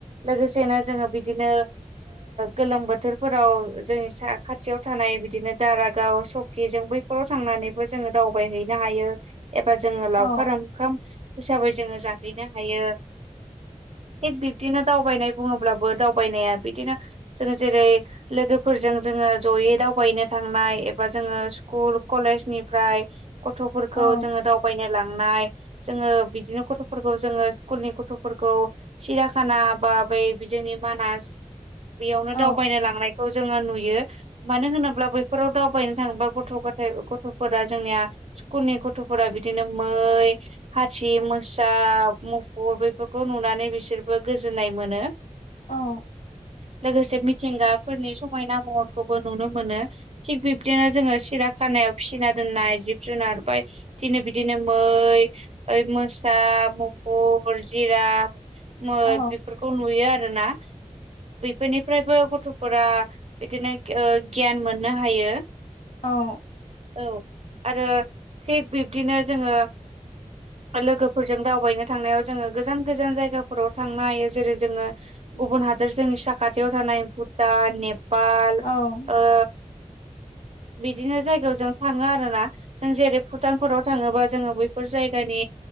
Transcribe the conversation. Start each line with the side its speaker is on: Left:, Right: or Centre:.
Right: लोगोसेनो जोङो बिदिनो गोलोम बोथोरफोराव जोंनि स खाथियाव थानाय बिदिनो दारागाव सकिजों बैफोराव थांनानै जोङो दावबायहैनो हायो एबा जोङो
Left: औ
Right: लावखार ओंखाम हिसाबै जोङो जाहैनो हायो।
Left: <inaudible>
Right: थिग बिबदिनो दावबायनाय बुङोब्लाबो दावबायनाया बिदिनो जों जेरै लोगोफोरजों जोङो जयै दावबायनो थांनाय एबा जोङो स्कुल कलेजनि ओमफ्राय गथफोरखौ
Left: औ
Right: जोङो दावबायनो लांनाय जोंङो बिदिनो गथफोरखौ जोङो स्कुलनि गथफोरखौ सिरिया खाना बा बा बै जोंनि मानास बेयावनो
Left: औ
Right: दावबायनो लांनाय खौ जोङो नुयो मानो होनोब्ला बैफोराव दावबायनो थाङोबा गथ गथाय गथ फोरा जोंनिया स्कुलनि गथफोरा बिदिनो मै हाथि मोसा म फुर बेफोरखौ नुनानै बिसोरबो गोजोननाय मोनो।
Left: औ
Right: लोगोसे मिथिंगाफोरनि समायना महरखौबो नुनो मोनो थिग बिब्दिनो जोङो सिरा खानायाव फिसिना दोननाय जिब जुनार बा थिनो बिदिनो मै ओइ मोसा मु फुर जिराफ मै
Left: औ
Right: बेफोरखौ नुयो आरोना। बेफोरनिफ्रायबो गथ'फोरा बिदिनो गियान मोननो हायो।
Left: औ
Right: औ आरो थिग बिब्दिनो जोङो लोगोफोरजों दावबायनो थांनायाव जोङो गोजान गोजान जायगाफोराव थांनो हायो जेरै जोङो गुबुन हादर जोंनि साखाथियाव थानाय भुटान नेपाल
Left: औ
Right: ओ बिदिनो जायगायाव जों थाङो आरोना जों जेरै भुटानफोराव थाङोबा जोङो बैफोर जायगानि